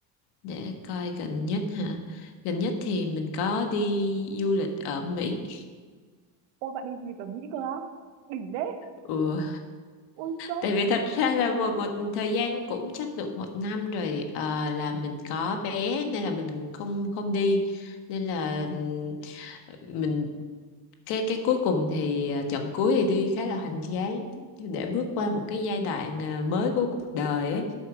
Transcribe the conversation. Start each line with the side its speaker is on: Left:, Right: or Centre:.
Left: để coi gần nhất hả? Gần nhất thì mình có đi du lịch ở Mỹ.
Right: Ôi bạn đi du lịch ở Mỹ cơ á? Đỉnh đấy.
Left: Ừ.
Right: Ui sốc.
Left: Tại vì thật ra là một một thời gian cũng chắc được một năm rồi ờ, là mình có bé nên là mình không không đi nên là ừm, mình cái cái cuối cùng thì ờ, trận cuối thì đi khá là hoành tráng để bước qua một cái giai đoạn ờ, mới của cuộc đời ấy